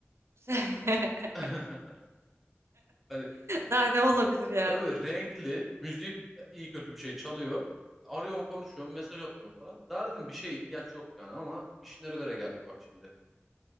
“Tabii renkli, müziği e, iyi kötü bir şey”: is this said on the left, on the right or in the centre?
Centre